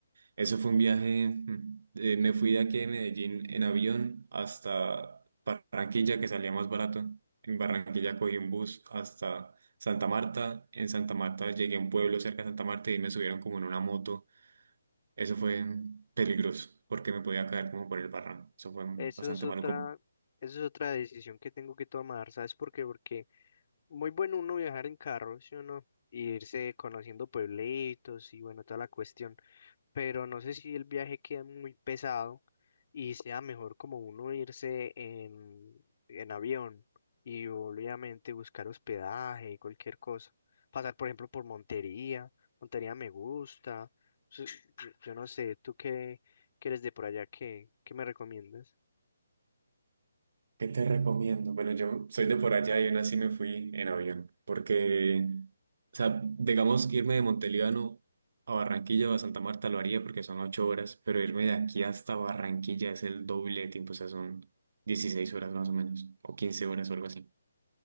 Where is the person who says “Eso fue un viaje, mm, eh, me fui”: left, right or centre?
Right